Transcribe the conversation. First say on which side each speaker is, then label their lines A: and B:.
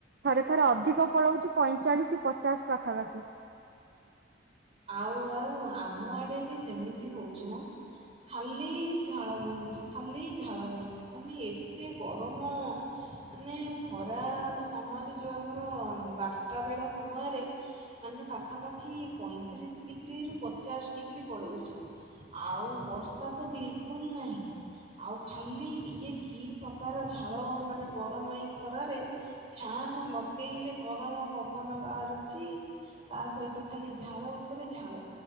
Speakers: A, on the right (about 55°); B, on the right (about 35°).
A: ଥରେ ଥରେ ଅଧିକ ପଳାଉଛି ପଇଁଚାଳିଶ ପଚାଶ ପାଖାପାଖି।
B: ଆଉ ଆଉ ଆମ ଆଡେ ବି ସେମିତି ହଉଛି ମ ଖାଲି ଝାଳ ବୋହୁଛି ଖାଲି ଝାଳ ବୋହୁଛି ମାନେ ଏତେ ଗରମ ମାନେ ଖରା ସମୟରେ ଯୋଉ ଆମର ବାରଟା ବେଳ ସମୟରେ ମାନେ ପାଖାପାଖି ପଇଁ ତିରିଶ ଡିଗ୍ରୀରୁ ପଚାଶ ଡିଗ୍ରୀ ପଳାଉଛି ଆଉ ବର୍ଷା ତ ବିଲକୁଲ ନାହିଁ ଆଉ ଖାଲି ଇଏ କି ପ୍ରକାର ଝାଳ ମାନେ ଗରମ ଏଇ ଖରାରେ ଫ୍ୟାନ ଲଗେଇଲେ ଗରମ ପବନ ବାହାରୁଛି ତା ସହିତ ଖାଲି ଝାଳ ଉପରେ ଝାଳ